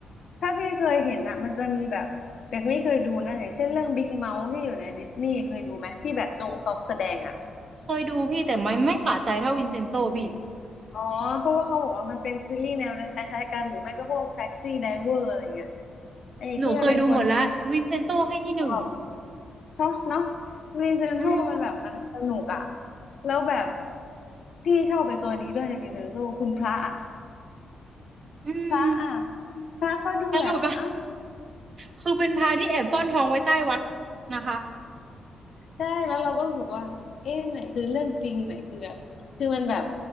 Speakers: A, on the left (about 55°); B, on the right (about 40°).
A: ถ้าพี่เคยเห็นอะมันจะมีแบบแต่ไม่เคยดูนะอย่างเช่นเรื่องบิ๊กเมาที่อยู่ในดิสนีย์เคยดูไหมที่แบบจงซอกแสดงอะ
B: เคยดูพี่แต่ไม่ไม่สะใจเท่าวินเซนโซพี่
A: อ๋อเพราะว่าเขาบอกว่ามันเป็นซีรีส์แนวคล้ายๆกันหรือไม่ก็พวกแท็กซี่ไดเวอร์อะไรเงี้ยไอ้ที่มันเป็นคนขับ
B: หนูเคยดูหมดละวินเซนโซให้ที่หนึ่ง
A: ชอบชอบเนาะวินเซนโซมันแบบมันสนุกอะ
B: อืม
A: แล้วแบบพี่ชอบไปตัวนี้ด้วยในวินเซนโซคุณพระอะ
B: อืม
A: พระอะพระเขาดูแบบเอ้า
B: ตลกอ่ะคือเป็นพระที่แอบซ่อนทองไว้ใต้วัดนะคะ
A: ใช่แล้วเราก็รู้สึกว่าเอ๊ะไหนคือเรื่องจริงไหนคือแบบคือมันแบบ